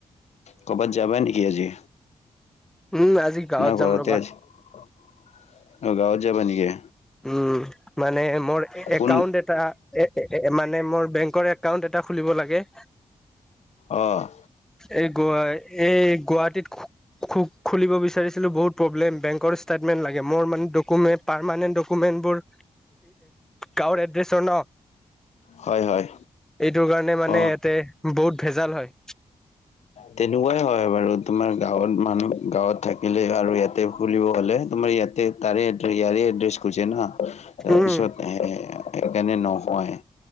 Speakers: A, on the left; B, in the centre.
A: ক'বাত যাবা নেকি আজি?
B: উম, আজি গাঁৱত
A: নাই
B: যাম
A: ঘৰতে
B: ৰ'বা।
A: অ', গাওঁত যাবা নেকি?
B: উম, মানে মোৰ
A: কোন
B: একাউন্ট এটা মানে মোৰ বেংকৰ একাউণ্ট এটা খুলিব লাগে।
A: অ'।
B: এই গ এই গুৱাহাটীত খু খুলিব বিচাৰিছিলো বহুত প্ৰব্লেম, বেংক ৰ ষ্টেটমেণ্ট লাগে মোৰ মানে ডকুমেণ্ট পাৰ্মানেণ্ট ডকো মেন্ত বোৰ গাঁৱৰ এড্ৰেছৰ ন'?
A: হয, হয়।
B: এইটোৰ কাৰণে মানে
A: অ
B: ইয়াতে বহুত ভেজাল হয়।
A: তেনেকুৱাই হয়, বাৰু তোমাৰ গাঁৱত মানুহ গাঁৱত থাকিলে আৰু ইয়াতে খুলিব হলে তোমাৰ ইয়াতে তাৰে এড ইয়াৰে এড্ৰেছ খোজে না তাৰপিছত
B: উম,
A: সেইকাৰণে নহয়।